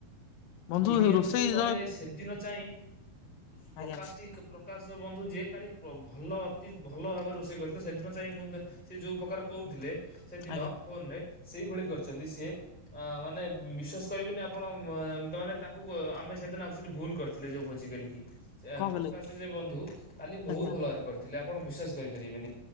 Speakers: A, on the left (about 75°); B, in the centre.
A: ବନ୍ଧୁ
B: ଲୁଣିଆ
A: ରୋଷେଇ
B: ଦୋଷରୁ ନହେଲେ
A: ଜଣେ
B: ସେଦିନ ଚାହିଁ ପ୍ରକାଶଟି
A: ଆଜ୍ଞା
B: ପ୍ରକାଶ ବନ୍ଧୁ ଯିଏ କାଲି ପ୍ର ଭଲ ଅତି ଭଲ ଭାବରେ ରୋଷେଇ କରିଥିଲେ ସେଦିନ ଚାହିଁ ମୁଁ ସେ ଯୋଉ ପ୍ରକାର କହୁଥିଲେ ସେଦିନ
A: ଆଜ୍ଞା
B: ଫୋନ୍ ରେ ସେଇଭଳି କରିଛନ୍ତି ସିଏ ମାନେ ବିଶ୍ଵାସ କରିବେନି ଆପଣ ମ ତା ମାନେ ତାଙ୍କୁ ଆମେ ସେଦିନ ଅକ୍ଚୁଆଲୀ ଭୁଲ କରିଥିଲେ ଯଉ ଭୋଜି କରିକି ସେ
A: କଣ କଲେ
B: ପ୍ରକାଶ ଯେ ବନ୍ଧୁ କାଲି ବହୁତ
A: ଆଜ୍ଞା
B: ଭଲ ଭାବରେ କରିଥିଲେ ଆପଣ ବିଶ୍ଵାସ କରିପାରିବେନି।